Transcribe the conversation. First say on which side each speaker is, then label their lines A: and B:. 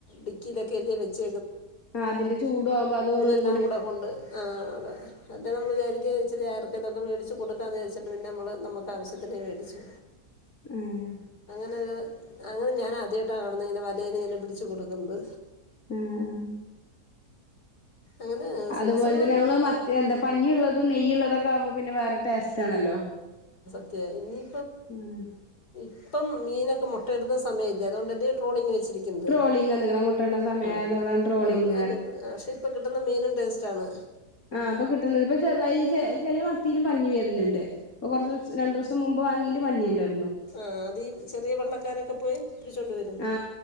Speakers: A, on the left; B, on the left.
A: ഡിക്കിയിലൊക്കെയല്ലേ വെച്ച്
B: ആ അതിന്റെ ചൂട് ആവുമ്പോ അതു അങ്ങ്
A: എല്ലാം കൂടെ കൊണ്ട് ആ അതാ അല്ലെ നമ്മൾ വിചാരിക്കും ഇച്ചിരി ആർക്കെലൊക്കെ മേടിച്ച് വെച്ച് കൊടുക്കാന്ന് വിചാരിച്ചിട്ട് പിന്നെ നമ്മള് നമ്മക്ക് ആവശ്യത്തിനേ മേടിച്ചു
B: ഉം
A: അത് അങ്ങനെ ഞാൻ ആദ്യയിട്ടാണ് കാണുന്നേ ഇങ്ങനെ വലേന്ന് ഇങ്ങനെ പിടിച്ച് കൊടുക്കുന്നത്
B: ആ ആ
A: അങ്ങനെ സീസൺ
B: അതുപോലെ തന്നെ നമ്മള് മത്തി എന്താ പഞ്ഞിയുള്ളതും നെയ്യുള്ളതൊക്കെ ആകുമ്പോ പിന്നെ വേറെ ടേ സ്റ്റ് ആണല്ലോ
A: ത്തെ ഇനി
B: അങ്ങനെ
A: ഇപ്പം മീനൊക്കെ മുട്ടയിടുന്ന സമയല്ലേ അതുകൊണ്ടല്ലേ ട്രോളിങ് വെച്ചി രിക്കുന്നത്
B: ട്രോളിങ് വന്ന്ക്ക്ണ് മുട്ടട്ണ സമയായതോണ്ടാണ്
A: മു
B: ട്രോളിങ്
A: ആ പക്ഷേ ഇപ്പൊ കിട്ടുന്ന മീനും ടേസ്റ്റ് ആണ്
B: ആ അപ്പൊ കിട്ടുന്നണ്ട് ഇപ്പൊ ചെറുതായി ചെറിയ മത്തിയിലും പഞ്ഞി വരു ന്നുണ്ട് കുറച്ചു രണ്ടു ദിവസം മുമ്പ് വാങ്ങിയേല് പഞ്ഞിഉണ്ടാരുന്നു
A: ആ അതീ ചെറിയ വള്ളക്കാരൊക്കെ പോയി പിടിച്ചോണ്ട് വരും
B: ആ